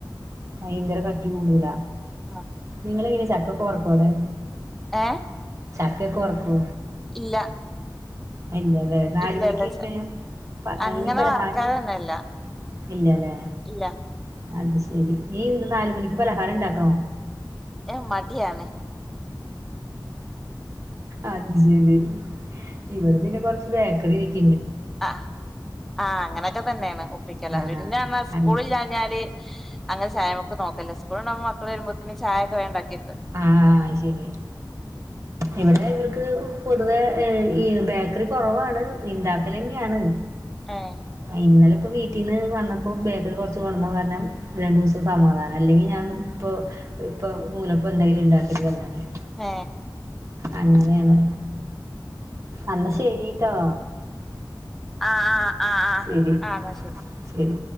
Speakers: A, on the right; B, in the centre.
A: ഭയങ്കര കട്ടി കൂടുതല
B: ആ
A: നിങ്ങ ഇങ്ങനെ ചക്കക്കെ വർക്കോ അവിടെ
B: ഏ
A: ചക്ക ഒക്കെ വറക്കൂ
B: ഇല്ല
A: അയ് ഇല്ലലേ അല്ലേ നാല
B: ഇല്ല
A: മണിക്ക്
B: ഇല്ല
A: ഇങ്ങന
B: ച അങ്ങനെ
A: ഈ പലഹാരം
B: വറക്കാനൊന്നല്ല
A: ഇല്ലല്ലേ
B: ഇല്ല
A: അത് ശരി ഈനാല മണിക്ക് പലഹാരംഉണ്ടാക്കണോ
B: എ മടിയാണ്
A: അത് ശരി ഇവർ പിന്നെ കുറച്ച് ബേക്കറിരിക്ക
B: ആ ആ അങ്ങനറ്റൊക്കെ തന്നെയാണ് ല
A: ആഹ്.
B: പിന്നെ പറഞ്ഞാ സ്കൂളില്ലാഞ്ഞാല്
A: അൽ
B: അങ്ങന ചായമക്ക് നോക്കല് ല്ല സ്കൂള്ണ്ടാവുമ്പോ മക്കള് വരുമ്പോത്തിന് ചായൊക്കെ വേണ്ടാക്കിയെക്കും
A: ആ അത് ശരി ഇവിടെ ഇവർക്ക് പൊതുവെ ഈ ബേക്കറി കൊറവാണ് ണ്ടാക്കലെന്നെയാണ്
B: ഏഹ്
A: ഇന്നലെ ഇപ്പോ വീട്ടീന്ന് വന്നപ്പോ ബേക്കറി കൊറച്ച് കൊണ്ടന്ന കാരണം രണ്ടു ദിവസം സമാധാനം അല്ലെങ്കിൽ ഞാൻ ഇപ്പോ ഇപ്പോ നൂലപ്പം പ്പന്തേങ്കിലുണ്ടാക്കും ഉണ്ടാക്കരുത്പറഞ്ഞ <unintelligible>
B: ഏ
A: അങ്ങനെയാണ് അന്നാ ശരിട്ടോ
B: ആ ആ ആ ആ
A: ശരി.
B: ആ അന്നാ ശരി
A: ശരി.